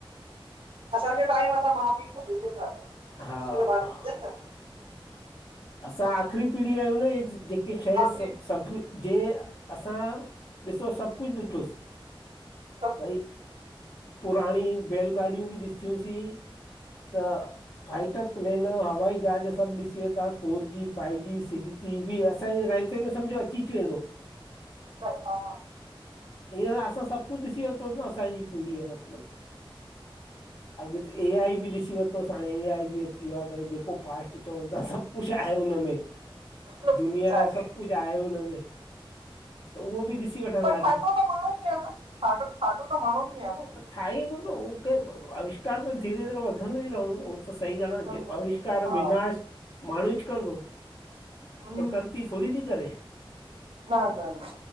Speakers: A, on the right (about 75°); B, on the left (about 60°).
A: असांजो टाइम असां माउ पीउ को डिजंदा हुयासी
B: हा
A: अॼकल ॿार
B: हा
A: ॾिजन न।
B: असां आख़िरी पीढ़ी आयूं न इ जेके शइ
A: आख़िरी
B: सॿ सॿ। जे असां ॾिसो सॿ कुछ ॾिठोसि।
A: हा
B: भई पुराणी बैलगाॾियूं ॿि ॾठियूंसीं। त फाइटर प्लेन, हवाई जहाज सॿ ॾिसी वारतासी। Four G, five G, six G ॿि असांजे रयते में सम्झो अची वेंदो।
A: दफा
B: हिंयर असां सब कुछ डिसी वरतो न असांजी पीढ़ीअ मतलब। अॻते ए आई ॿि ॾिसी वर ॾिसो हाणे ए आई बि अची वियो आ त जेको फास्ट चवनि था सभु कुझु आहे उन मं में,
A: कुझु
B: दुनिया
A: आहे
B: जो सब कुछु आहे हुनमें। त उहो बि ॾिसी वठंदा
A: पर ठातो
B: सीं।
A: त माण्हू ई आहे न ठातो ठातो त माण्हू ई आहे भई
B: ठाई उअव न उह के, अविष्कार त धीरे- धीरे वधंदो ई रहंदो न। सही ॻाल्हि
A: वधंदो
B: आ न अविष्कार,
A: ई वेंदो हा
B: विनाश माण्हूच कंदो
A: हम्म
B: प्रृकर्ति थोङी थी करेे।
A: न न न